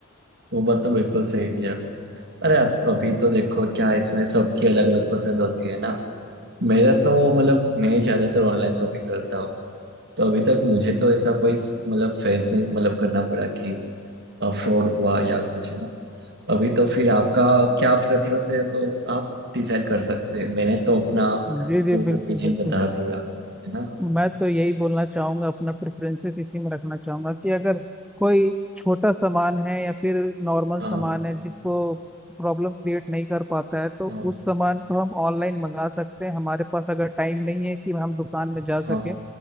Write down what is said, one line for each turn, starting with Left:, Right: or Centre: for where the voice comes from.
Right: वो बात तो बिल्कुल सही किया आपने अरे अत- अभी तो देखो क्या है, इसमें सबकी अलग अलग पसंद होती है ना मेरा तो मतलब मैं ज्यादातर ऑनलाइन शॉपिंग करता हूँ तो अभी तक मुझे तो ऐसा कोई स- मतलब फेस नहीं मतलब करना पड़ा कि फ्रॉड हुआ या कुछ है ना अभी तो फिर आपका क्या प्रेफरेंस है तो आप डिसाइड कर सकते हैं मैंने तो अपना
Centre: जी जी
Right: वो
Centre: बिल्कुल
Right: ओपिनियन
Centre: बिल्कुल
Right: बता दिया है ना
Centre: मैं तो यही बोलना चाहूंगा अपना प्रेफरेंसेस इसी में रखना चाहूंगा कि अगर कोई छोटा सामान है या फिर नॉर्मल
Right: हाँ
Centre: सामान है जिसको प्रॉब्लम क्रिएट नहीं कर पाता है तो
Right: हाँ
Centre: उस सामान को हम ऑनलाइन मंगा सकते हैं हमारे पास अगर टाइम नहीं है कि हम दुकान में जा सकें
Right: हाँ